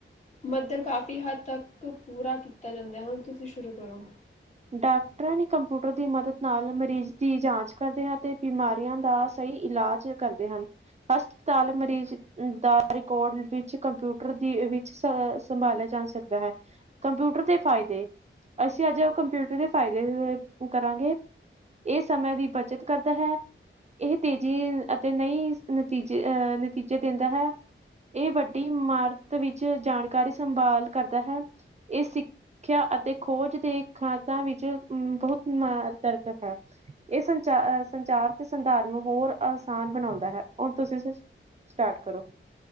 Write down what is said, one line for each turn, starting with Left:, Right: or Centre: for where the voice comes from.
Left: ਮੱਧ ਕਾਫ਼ੀ ਹੱਦ ਤੱਕ ਪੂਰਾ ਕੀਤਾ ਜਾਂਦਾ ਹੈ। ਸ਼ੁਰੂ ਕਰੋ।
Right: ਡਾਕਟਰਾਂ ਨੇ ਕੰਪਿਊਟਰ ਦੀ ਮਦੱਦ। ਨਾਲ ਮਰੀਜ਼ ਦੀ ਜਾਂਚ ਕਰਦੇ ਹਾਂ ਤੇ ਬਿਮਾਰੀਆਂ ਦਾ ਸਹੀ ਇਲਾਜ ਕਰਦੇ ਹਨ ਹਸਪਤਾਲ ਮਰੀਜ਼ ਦਾ ਰਿਕਾਰਡ ਵਿੱਚ ਕੰਪਿਊਟਰ ਦੀ ਵਿੱਚ ਸ ਸੰਭਾਲਿਆ ਜਾ ਸਕਦਾ ਹੈ ਕੰਪਿਊਟਰ ਦੇ ਫਾਇਦੇ ਅਸੀਂ ਅੱਜ । ਕੰਪਿਊਟਰ ਦੇ ਫਾਇਦੇ ਕਰਾਂਗੇ ਇਹ ਸਮੇਂ ਦੀ ਬੱਚਤ ਕਰਦਾ ਹੈ ਇਹ ਤੇਜ਼ੀ ਅਤੇ ਨਹੀਂ ਨਤੀਜੇ ਅ ਨਤੀਜੇ ਦਿੰਦਾ ਹੈ ਇਹ ਵੱਡੀ ਇਮਾਰਤ ਵਿੱਚ ਜਾਣਕਾਰੀ ਸੰਭਾਲ ਕਰਦਾ ਹੈ ਇਹ ਸਿੱਖਿਆ ਅਤੇ ਖੋਜ ਦੇ। ਖਾਦਾਂ ਵਿੱਚ ਬਹੁਤ ਦਰਕਤ ਹੈ ਇਹ ਸੰਚਾਰ ਸੰਚਾਰ ਤੇ ਸੰਧਾਰ ਨੂੰ ਹੋਰ ਆਸਾਨ ਬਣਾਉਂਦਾ ਹੈ ਹੁਣ ਤੁਸੀਂ ਸਟਾਰਟ ਕਰੋ।